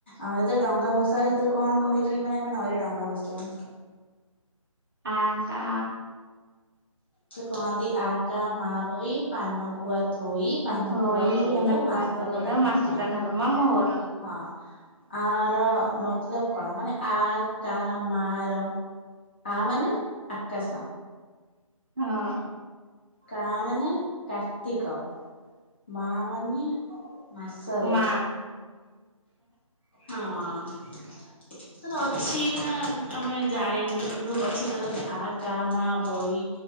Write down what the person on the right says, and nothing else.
ଆ କା
ଥୋଇ
ଏନା ଗୁଆ
ତୋର
ମାସିକ
ଧର୍ମ ମୋର
ହଁ।
ମା